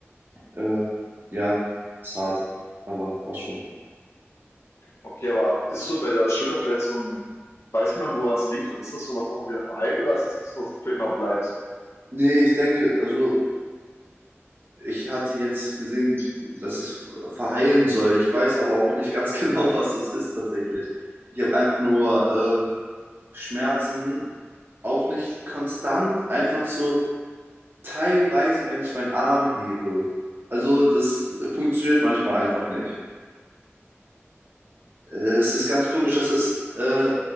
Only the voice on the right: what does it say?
Äh, ja, ist hart, aber passt schon.
Nee, ich denke, also ich hatte jetzt gesehen, dass es verheilen soll. Ich weiß aber auch nicht ganz <laughs> genau, was es ist tatsächlich. Ich habe einfach nur äh, Schmerzen, auch nicht konstant, einfach so teilweise, wenn ich meinen Arm hebe. Also das funktioniert manchmal einfach nicht. Äh, es ist ganz komisch. Das ist äh,